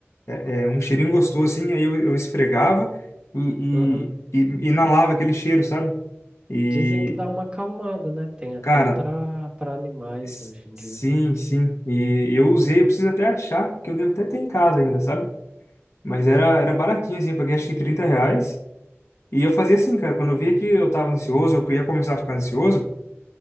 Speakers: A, on the left (about 75°); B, on the right (about 20°).
A: é, é, um cheirinho gostoso assim, aí eu, eu esfregava e,
B: Uhum.
A: e, e inalava aquele cheiro, sabe? E,
B: Dizem que dá uma acalmada, né? Tem até
A: cara,
B: para para animais
A: s-
B: hoje em
A: sim,
B: dia.
A: sim. E, eu usei, eu preciso até achar, que eu devo até ter em casa ainda, sabe? Mas era, era baratinho assim, eu paguei acho que 30 reais. E eu fazia assim, cara, quando eu via que eu tava ansioso, ou que eu queria começar a ficar ansioso,